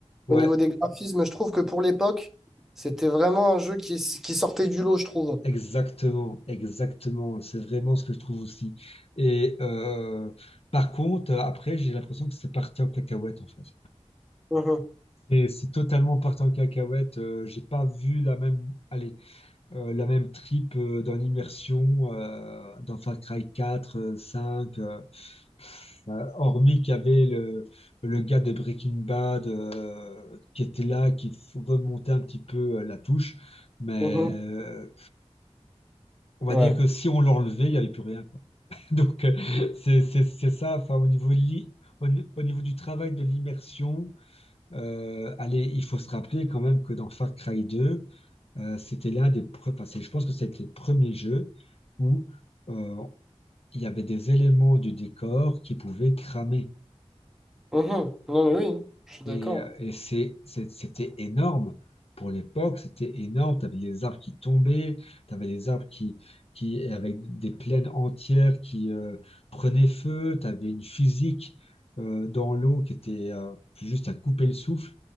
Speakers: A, on the left (about 60°); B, in the centre.
A: ouais,
B: Au niveau des graphismes, je trouve que pour l'époque, c'était vraiment un jeu qui, qui sortait du lot, je trouve.
A: exactement, exactement. C'est vraiment ce que je trouve aussi. Et euh, par contre, euh, après, j'ai l'impression que c'est parti en cacahuète, en fait.
B: Mhm.
A: C'est c'est totalement parti en cacahuète. euh, j'ai pas vu la même. Allez. euh, la même trip euh, dans l'immersion euh, dans Far Cry 4, euh, 5, euh, enfin, hormis qu'il y avait le, le gars de Breaking Bad euh, qui était là, qui f- remontait un petit peu euh, la touche. Mais
B: Mhm.
A: euh, on va
B: Ouais.
A: dire que si on l'enlevait, il n'y avait plus rien, quoi. <laughs> Donc euh, c'est c'est- c'est ça, enfin, au niveau, li- au, ni- au niveau du travail de l'immersion, euh, allez, il faut se rappeler quand même que dans Far Cry 2, Euh, c'était l'un des pre- enfin, c'est- je pense que c'était le premier jeu où euh, il y avait des éléments du décor qui pouvaient cramer.
B: Mhm. Non, mais oui, je suis
A: Et,
B: d'accord.
A: euh, et c'est, c'est- c'était énorme. Pour l'époque, c'était énorme. Tu avais les arbres qui tombaient, tu avais les arbres qui, qui, et avec des plaines entières qui euh, prenaient feu, tu avais une physique euh, dans l'eau qui était euh, juste à couper le souffle.